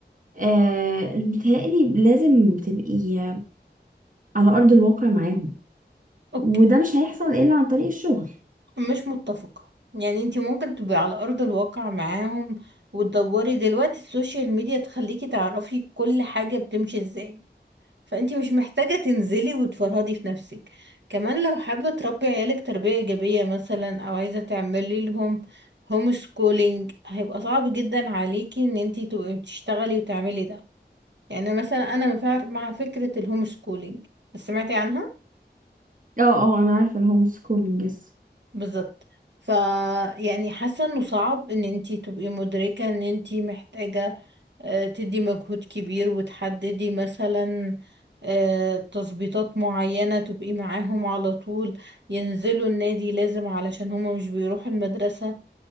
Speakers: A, on the right; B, on the right.
A: آه متهيألي لازم تبقي على أرض الواقع معاهم
B: أوكي.
A: وده
B: أوكي.
A: مش هيحصل إلا عن طريق الشغل
B: مش متفقة يعني انتي ممكن تبقي على أرض الواقع معاهم وتدوري دلوقتي السوشيال ميديا تخليكي تعرفي كل حاجة بتمشي ازاي فانتي مش محتاجة تنزلي وتفرهدي في نفسك كمان لو حابة تربي عيالك تربية ايجابية مثلا او عايزة تعملي لهم هوم سكولينج هيبقى صعب جدا عليكي ان انتي تبقي بتشتغلي وتعملي ده يعني مثلا انا مع مع فكرة الهوم سكولينج سمعتي عنها
A: اه اه أنا عارفة الهوم سكولينج يس
B: بالظبط ف يعني حاسه انه صعب ان انتي تبقي مدركه ان انتي محتاجه آه، تدي مجهود كبير وتحددي مثلا آه، تظبيطات معينه تبقي معاهم على طول ينزلوا النادي لازم علشان هما مش بيروحوا المدرسه